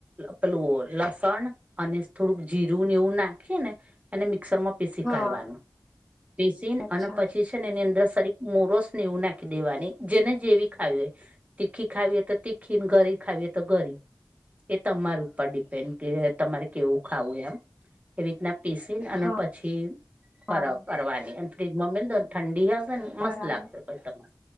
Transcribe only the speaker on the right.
પેલું લસણ અને થોડુંક જીરું ને એવું નાખીએ ને... મિક્સર માં પીસી
કાઢવાની પીસી
અને પછી... ને એની અંદર સરી મોરોસને એવું નાખી દેવાની જેને જેવી ખાવી હોય એવું... તીખી ખાવી હોય તો તીખી ગરી ખાવી હોય તો ગરી... એ તમાર ઉપર ડિપેન્ડ કે તમારે કેવું ખાવું એમ... એવી રીતના પીસીને અને
પછી <unintelligible>
કરવાની અને ફ્રીજમાં ઠંડી...
મસ્ત લાગશે પછ તમારે...